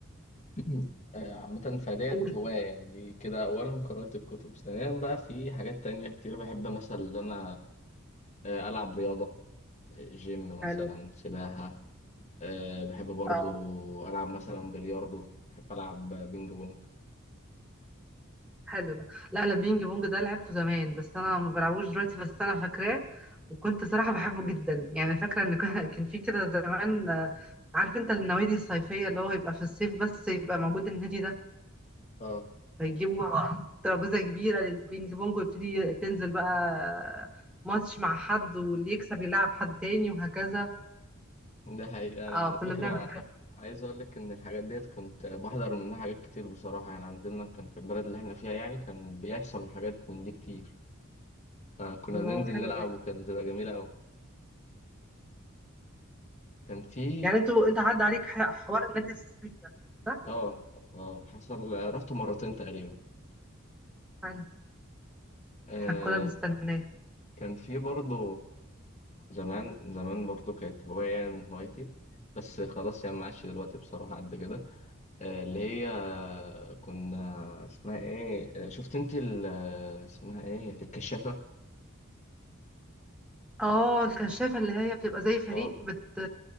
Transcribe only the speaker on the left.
<clears throat> آه، عامة فديت
هواية يعني دي كده أولا قراءة الكتب ثانيا بقى في حاجات تانية كتير بحب مثلا إن أنا آه، ألعب رياضة آه، جيم مثلا
سباحة آه، بحب برضو
ألعب مثلا بلياردو بحب ألعب بينج بونج
اه
ده حقيقة أنا
على
فكرة
عايز أقول لك إن الحاجات ديت كنت بحضر منها حاجات كتير بصراحة يعني عندنا كان في البلد اللي إحنا فيها يعني كان بيحصل حاجات من دي كتير فكنا
بننزل
نلعب
وكانت بتبقى جميلة أوي كان في
اه اه حصل رحت مرتين تقريبا
آه
كان في برضه زمان زمان برضه كانت هواية من هوايتي بس خلاص يعني ما عادش دلوقتي بصراحة قد كده آه اللي هي كنا اسمها ايه آه، شفت انت ال- اسمها ايه الكشافة
اه